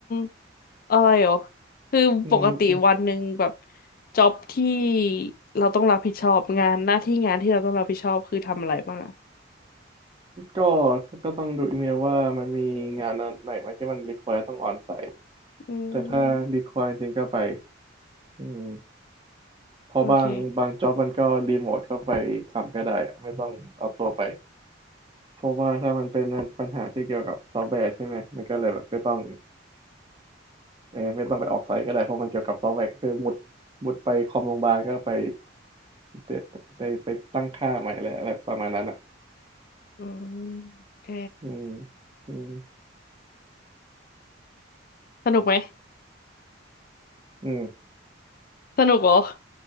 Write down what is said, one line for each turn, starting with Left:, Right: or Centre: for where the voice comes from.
Left: ำอะไรหรอคือปกติวันหนึ่งแบบ
Right: อืมอืม
Left: จ็อบที่เราต้องรับผิดชอบงานหน้าที่งานที่เราต้องรับผิดชอบคือทำอะไรบ้างอ่ะ
Right: ก็ก็ต้องดูอีเมลว่ามันมีงานไหนไหมที่มันรีคว i r e ต้องออนไซต์
Left: อืม
Right: แต่ถ้ารีคว i r e จริงๆก็ไปอืมเพราะบางบางจ็อบมันก็รีโมทเข้าไปทำก็ได้อะไม่ต้องเอาตัวไป
Left: โอเค
Right: เพราะว่าถ้ามันเป็นปัญหาที่เกี่ยวกับซอฟต์แวร์ใช่ไหมมันก็เลยแบบไม่ต้องเออไม่ต้องไปออกไซต์ก็ได้เพราะมันเกี่ยวกับซอฟต์แวร์ก็คือมุดมุดไปคอมโรงพยาบาลก็ไป เดี๋ยวได้ไปตั้งค่าใหม่แหละอะไรประมาณนั้นอ่ะ
Left: อืมโอเค
Right: อืมอืม
Left: สนุกไหม
Right: อืม
Left: สนุกเหรอ